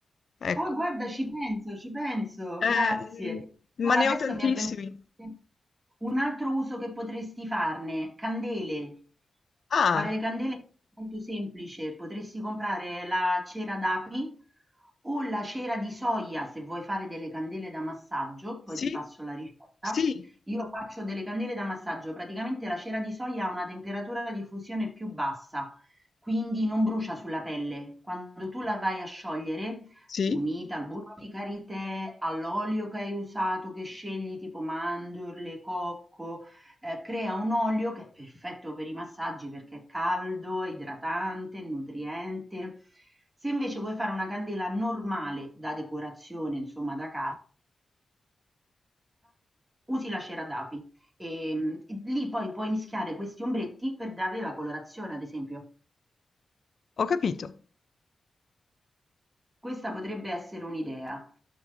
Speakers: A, on the left; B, on the right.
A: Ecco,
B: Oh, guarda, ci penso, ci penso, grazie.
A: Eh, mh,
B: Guarda,
A: ma ne
B: adesso
A: ho tantissimi.
B: mi è venuto in mente un altro uso che potresti farne, candele.
A: Ah,
B: Fare le candele è molto semplice, potresti comprare la cera d'api o la cera di soia se vuoi fare delle candele da massaggio, poi
A: sì,
B: ti passo la ricetta.
A: sì,
B: Io faccio delle candele da massaggio, praticamente la cera di soia ha una temperatura di fusione più bassa, quindi non brucia sulla pelle. Quando tu la vai a sciogliere
A: sì,
B: Unita al burro di karité, all'olio che hai usato, che scegli tipo mandorle, cocco, eh, crea un olio che è perfetto per i massaggi perché è caldo, idratante, nutriente. Se invece vuoi fare una candela normale da decorazione, insomma da casa, usi la cera d'api e, mm, e lì poi puoi mischiare questi ombretti per darle la colorazione, ad esempio.
A: ho capito.
B: Questa potrebbe essere un'idea.